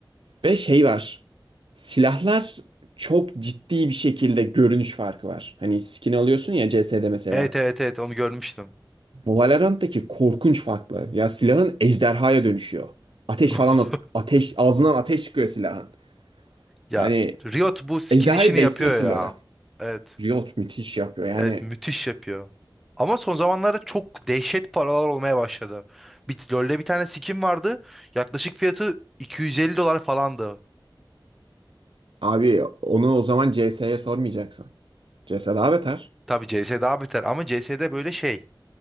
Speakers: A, on the right; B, in the centre.
A: Ve şey var. Silahlar çok ciddi bir şekilde görünüş farkı var. Hani skin alıyorsun ya CS'de mesela.
B: Evet evet evet onu görmüştüm.
A: Bu Valorant'taki korkunç farklı. Ya silahın ejderhaya dönüşüyor. Ateş
B: <laughs>
A: falan at- ateş ağzından ateş çıkıyor silahın.
B: Ya
A: Hani
B: Riot bu skin
A: ejderhayı
B: işini
A: besliyorsun
B: yapıyor ya.
A: böyle.
B: Evet.
A: Riot müthiş yapıyor. Yani
B: Evet müthiş yapıyor. Ama son zamanlarda çok dehşet paralar olmaya başladı. Bit LoL'de bir tane skin vardı. Yaklaşık fiyatı 250 dolar falandı.
A: abi onu o zaman CS'ye sormayacaksın. CS daha beter.
B: Tabii CS daha beter ama CS'de böyle şey